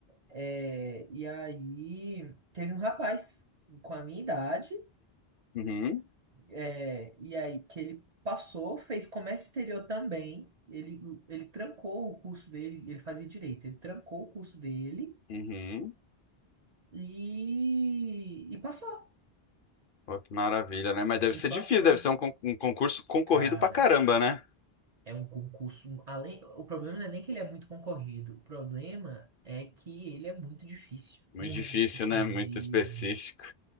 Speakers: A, on the right; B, on the left.
A: É, e aí teve um rapaz com a minha idade.
B: Uhum,
A: É, e aí que ele passou, fez comércio exterior também. Ele, ele trancou o curso dele, ele fazia direito, ele trancou o curso dele
B: uhum.
A: e, e passou.
B: Pô, que maravilha, né? Mas deve
A: E
B: ser
A: passou.
B: difícil, deve ser um, con- um concurso concorrido
A: Cara,
B: pra caramba, né?
A: é um concurso. um, Além, o problema não é nem que ele é muito concorrido. O problema é que ele é muito difícil.
B: Muito
A: Muito
B: difícil,
A: difícil
B: né? Muito
A: mesmo.
B: específico.